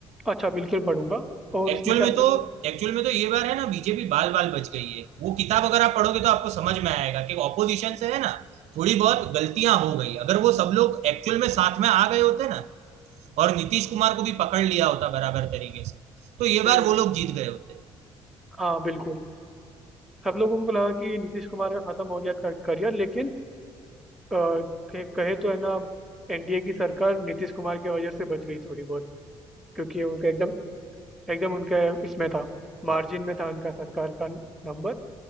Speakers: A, in the centre; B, on the right.
A: अच्छा बिल्कुल पढ़ूंगा और
B: एक्चुअल
A: उसमें से
B: में
A: आपको
B: तो एक्चुअल में तो ये बार है ना बीजेपी बाल बाल बच गई है वो किताब अगर आप पढ़ोगे तो आपको समझ में आएगा कि ऑपोजिशन से है ना थोड़ी बहुत गलतियां हो गई अगर वो सब लोग एक्चुअल में साथ में आ गए होते ना और नीतीश कुमार को भी पकड़ लिया होता बराबर तरीके से तो ये
A: हम्म
B: बार वो लोग जीत गए होते
A: हाँ बिल्कुल सब लोगों को लगा कि नीतीश कुमार का खत्म हो गया करियर लेकिन अ, कहे कहे तो है ना एनडीए की सरकार नीतीश कुमार की वजह से बच गई थोड़ी बहुत क्योंकि उनका एकदम एकदम उनके इसमें था मार्जिन में था उनका सरकार का नंबर